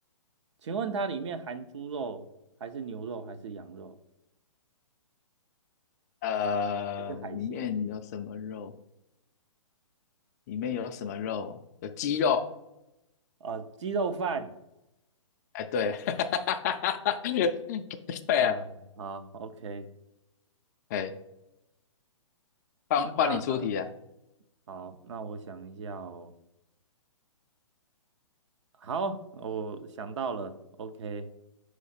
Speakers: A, on the right; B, on the left.
A: 请问它里面含猪肉，还是牛肉，还是羊肉，
B: 呃，
A: 还是海鲜？
B: 里面有什么肉？里面有什么肉？有鸡肉，
A: 啊，鸡肉饭，
B: 哎，对，<laughs> 对啊，
A: 嗯，好，OK，
B: 哎，换换你出题啊，
A: 嗯好，那我想一下哦，好，我想到了，OK，